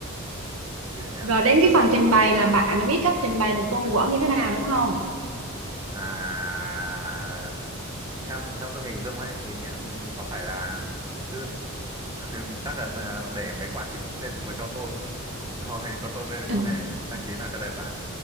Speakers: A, on the right; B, on the right.
A: làm gì nữa nhỉ
B: Rồi đến cái phần trình bày là bạn đã biết cách trình bày một tô mì Quảng như thế nào đúng không?
A: à theo theo tôi hình dung ấy thì nhá, ừ, có phải là tôi cứ <laughs> chắc là ờ, để mấy quả trứng cút lên xong rồi cho tôm <laughs> cho con tôm lên không
B: <clears throat>
A: hay
B: <laughs>
A: trang trí nào cho đẹp bạn?